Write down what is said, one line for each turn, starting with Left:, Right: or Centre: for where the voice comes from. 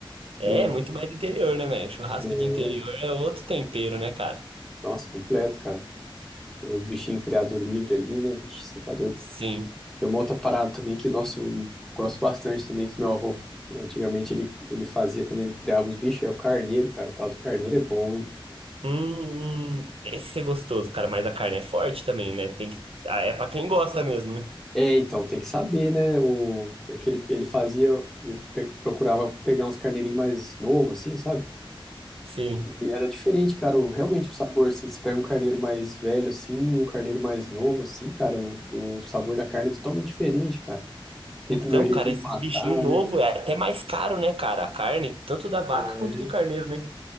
Right: É,
Centre: No,
Right: é muito mais do interior, né, velho? Churrasco
Centre: né?
Right: de interior é outro tempero, né, cara?
Centre: Nossa, completo, cara. Os bichinhos criados livre ali, né? Vixe, você tá doido.
Right: Sim.
Centre: Tem uma outra parada também que, nossa, eu gosto bastante também, que meu avô, antigamente, ele, ele fazia também, ele criava os bichos, é o carneiro, cara, o tal do carneiro é bom, hein?
Right: Hum, hum, esse é gostoso, cara, mas a carne é forte também, né? Tem que... ah, É pra quem gosta mesmo, né?
Centre: É, então, tem que saber, né? O, é que ele, ele fazia, ele pe- procurava pegar uns carneirinhos mais novos, assim, sabe?
Right: Sim.
Centre: E era diferente, cara, o- realmente o sabor, assim, você pega um carneiro mais velho, assim, e um carneiro mais novo, assim, cara, o, o sabor da carne é totalmente diferente, cara. Tem
Right: Então,
Centre: também o jeito
Right: cara, esses
Centre: de matar,
Right: bichinhos novos
Centre: né?
Right: é até mais caro, né, cara? A carne, tanto da vaca
Centre: É.
Right: quanto do carneiro, né?